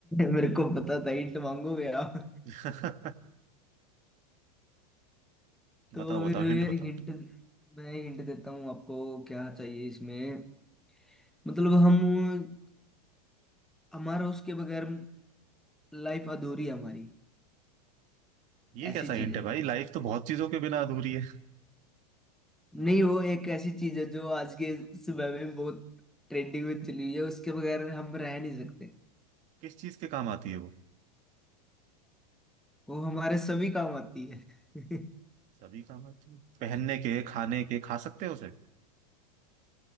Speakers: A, in the centre; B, on the right.
A: मेरे को पता था हिंट मांगोगे आप
B: <laughs>
A: तो
B: बताओ
A: फिर
B: बताओ हिंट बताओ
A: हिंट मैं हिंट देता हूँ आपको क्या चाहिए इसमें मतलब हम हमारा उसके बगैर लाइफ अधूरी है हमारी
B: ये
A: ऐसी
B: कैसा हिंट
A: चीज है
B: है भाई लाइफ तो बहुत चीजों के बिना अधूरी है
A: नहीं वो एक ऐसी चीज है जो आज के समय में बहुत ट्रेंडिंग में चली हुई है उसके बगैर हम रह नहीं सकते
B: किस चीज के काम आती है वो
A: वो हमारे सभी काम आती है <laughs>
B: सभी काम आती है पहनने के खाने के खा सकते हैं उसे